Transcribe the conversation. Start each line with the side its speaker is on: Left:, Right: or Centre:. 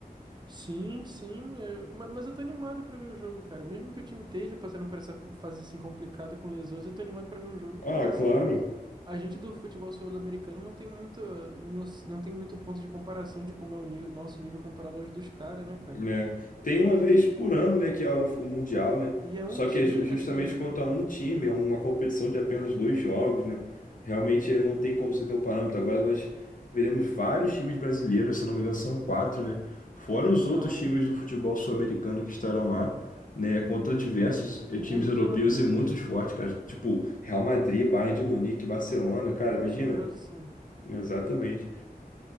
Right: sim, sim, eu- ma- mas eu tô animado pra ver o jogo, cara. Mesmo que o time esteja passando por essa fase assim complicada com lesões, eu tô animado pra ver o jogo,
Left: Ah,
Right: porque assim,
Left: claro.
Right: a gente do futebol sul-americano não tem muito, no- não tem muito ponto de comparação de como é o ni- nosso nível comparado aos dos caras, né, cara?
Left: né? Tem uma vez por ano, né, que é o, o Mundial, né?
Right: E é um
Left: Só
Right: time
Left: que é ju- justamente
Right: assim,
Left: contra um time, é uma competição de apenas dois jogos, né? Realmente é, não tem como você ter um parâmetro agora, mas veremos vários times brasileiros, se eu não me engano, são quatro, né? Fora os
Right: são
Left: outros times do futebol sul-americano que estarão lá, né? Contra diversos eh,
Right: muitos
Left: times europeus
Right: europeus
Left: e muitos fortes, cara. Tipo, Real Madrid, Bayern de Munique, Barcelona, cara, imagina?
Right: Chelsea.
Left: Exatamente.